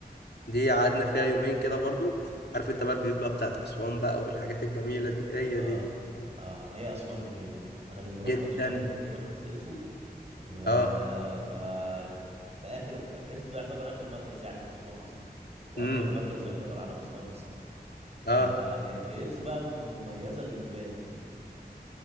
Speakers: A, on the left; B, on the right.
A: دي قعدنا فيها يومين كده برضو عارف انت بقى البيوت بقى بتاعت اسوان بقى والحاجات الجميله دي هي
B: اه
A: دي
B: اه هي اسوان جميله انا لما رحت
A: جدا
B: اسوان كنت رحت في ادفو و...
A: اه
B: ف في اخر ادفو ده يعتبر اخر مركز يعني في اسوان اصلا واكبر
A: امم
B: مركز يعتبر على مستوى مصر ففي
A: اه
B: ادفو بقى م- مميزه بالجبال